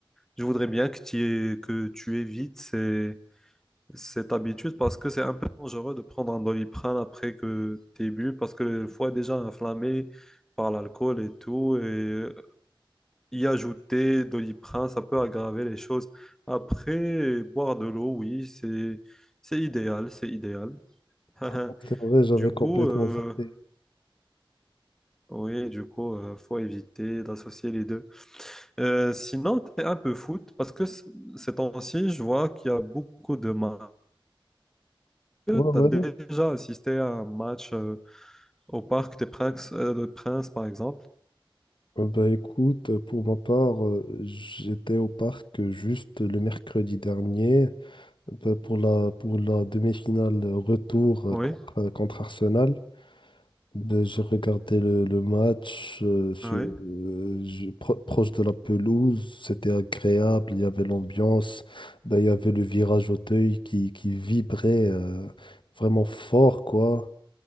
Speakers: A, in the centre; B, on the left.
A: je voudrais bien que tu, é- que tu évites ces- cette habitude parce que c'est un peu dangereux de prendre un Doliprane après que tu bu parce que le foie est déjà inflammé par l'alcool et tout. Et y ajouter Doliprane, ça peut aggraver les choses. Après, boire de l'eau, oui, c'est c'est idéal, c'est idéal. <laughs>
B: Ah, C'est vrai, j'avais
A: Du
B: complètement
A: coup, euh,
B: zappé.
A: oui, du coup, euh, faut éviter d'associer les deux. Euh, sinon, tu es un peu foot parce que c- ces temps-ci, je vois qu'il y a beaucoup de matchs. Tu
B: Ouais,
A: as déjà
B: ouais.
A: assisté à un match euh, au Parc des Princes, euh, de Princes, par exemple.
B: Euh, Ben, écoute, euh, pour ma part, euh, j'étais au parc euh, juste le mercredi dernier euh, ben, pour la, pour la demi-finale euh, retour euh,
A: Oui,
B: contre, euh, contre Arsenal. Ben, j'ai regardé le, le match euh, sur-
A: oui.
B: euh, je- pro- proche de la pelouse, c'était agréable, il y avait l'ambiance, ben, il y avait le virage Auteuil qui, qui vibrait euh, vraiment fort, quoi.